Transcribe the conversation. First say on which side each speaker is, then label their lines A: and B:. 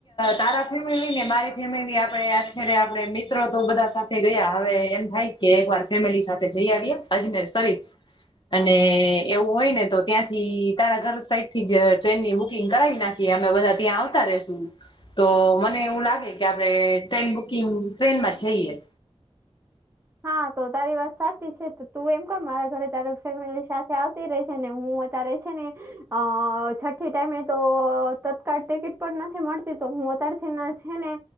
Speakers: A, on the left; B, on the right.
A: તારા ફેમિલી ને બારી ફેમિલી આપણે આચર આપડે મિત્ર તો બધા સાથે ગયા હવે એમ થાય કે એક વાર ફેમિલી સાથે જઈ આવીયે અજમેર સરીફ અને એવું હોય ને તો ત્યાંથી તારા ઘર સાઈડ થી જ ટ્રેનની બુક બુકિંગ કરાવી નાખીએ અમે બધા ત્યાં આવતા રહિશું તો મને એવું લાગે કે આપડે ટ્રેન બુકિંગ ટ્રેનમાં જ જઈએ
B: હા તો તારી વાત સાચી છે તો તું એમ કર મારા ઘરે તાર ફેમિલી સાથે આવતી રહેજે હું ત્યારે છે ને અ છઠ્ઠી ટાઈમે તો તત્કાળ ટિકિટ પણ નથી મળતી તો હું અત્યારથી ના છે ને